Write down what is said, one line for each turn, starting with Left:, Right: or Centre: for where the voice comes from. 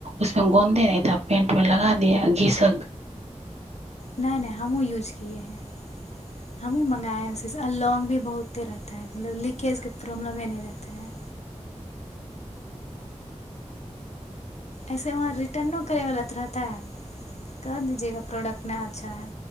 Right: उसमे गोन्दे नहिथा पेंट मे लगा दिया घिसक
Left: नहि नहि हमहूँ यूज किए हैं हमहूँ मंगाए हैं उसी से अ लॉग भी बहुते रहता है मतलब लीकेजके प्रॉब्लम ह नहि रहता है ऐसे वहाँ रिटर्नो करयवला तऽ रहतै कऽ दीजियगा प्रोडक्ट नहि अच्छा है